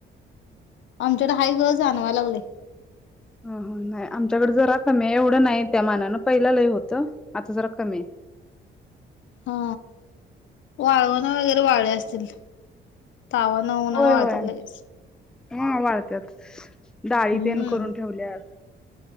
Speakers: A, on the left; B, in the centre.
A: आमच्याकड हाय ग जाणवाया लागलय.
B: हं हं नाही आमच्याकड जरा कमी आहे एवढं नाही त्या मानानं पहिल्या लय होतं आता जरा कमी आहे.
A: हा वाळवन वगैरे वाळेले असतील. तावान उन्हान
B: होय
A: वाळत्यात
B: होय
A: लगेच
B: हा वाळत्यात. डाळी
A: हम्म
B: तेन करून ठेवल्यात